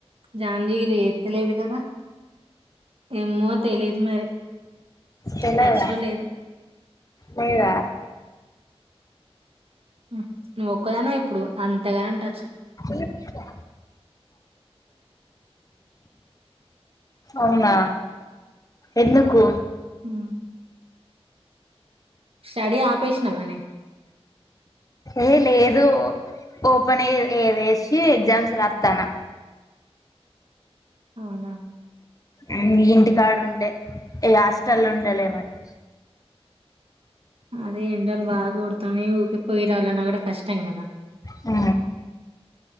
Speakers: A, on the right; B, on the left.
A: జాన్జగిరి ఎత్తలేదు కదా ఏమో తెలిదు మరి
B: తెలువదా
A: టచ్‌లో లేదు.
B: లేదా
A: ఉ నువ్వు ఒక్కదానివే ఇప్పుడు అంతగానం ట
B: లేపుతా అవునా ఎందుకు
A: ఉ స్టడీ ఆపేసినవనే
B: ఏ లేదు ఓపెన్ ఏ వేసి ఎగ్జామ్స్ రాతానా
A: అవునా
B: ఉ మీ ఇంటికాడే ఉండే ఈ హాస్టల్ ఉండ లేమండి
A: అదే ఎండలు బాగా కొడతనయ్ ఊకే పోయి రావాలన్నా కూడా కష్టం కదా
B: ఆ